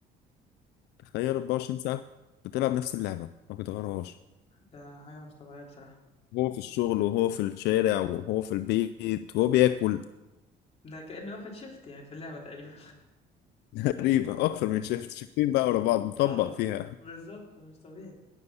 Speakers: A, on the left; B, on the left.
A: تخيل 24 ساعة بتلعب نفس اللعبة ما بتغيرهاش
B: ده حاجة مش طبيعية بصراحة
A: هو في الشغل وهو في الشارع وهو في البيت وهو بياكل
B: ده كأنه واخد شيفت يعني في اللعبة تقريبا
A: <laughs> تقريبا أكتر من شيفت شيفتين بقى ورا بعض مطبق
B: اه
A: فيها
B: بالظبط مش طبيعي